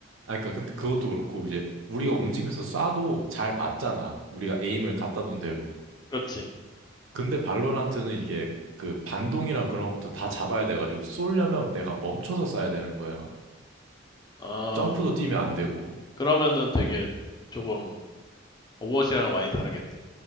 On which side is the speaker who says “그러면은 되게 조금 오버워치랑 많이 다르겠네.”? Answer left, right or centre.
Left